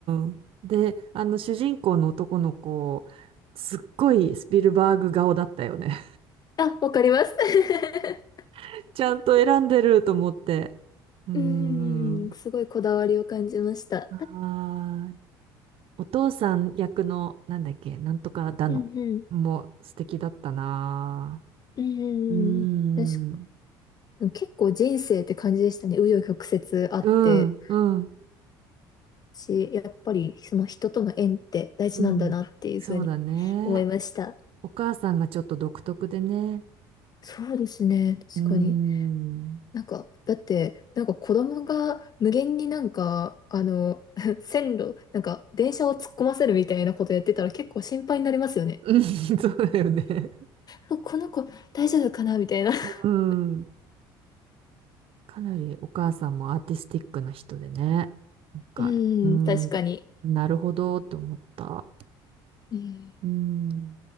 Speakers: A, on the right; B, on the left.
A: ん。で、あの、主人公の男の子、すっごいスピルバーグ顔だったよね。
B: あ、わかります。<laughs>
A: <laughs> ちゃんと選んでると思って。うん。
B: うん、すごいこだわりを感じました。
A: あーお父さん役の、なんだっけ、なんとかだの、
B: うんうん。
A: もう素敵だったな。
B: うんうんうん。
A: うん。
B: 確か結構人生って感じでしたね。紆余曲折あって。
A: うん、うん、
B: 私、やっぱりその人との縁って大事なんだなっていうふうに
A: うん。そうだね。
B: 思いました。
A: お母さんがちょっと独特でね。
B: そうですね。確かに。
A: うん。
B: なんか、だって、なんか子供が無限になんか、あの、<laughs> 線路、なんか電車を突っ込ませるみたいなことやってたら結構心配になりますよね。
A: うん、<laughs> そうだよね。
B: あこの子大丈夫かなみたいな。<laughs>
A: うん。かなりお母さんもアーティスティックな人でね。なんか、
B: う
A: うん、
B: ん、確かに。
A: なるほどって思った。
B: うん
A: うん。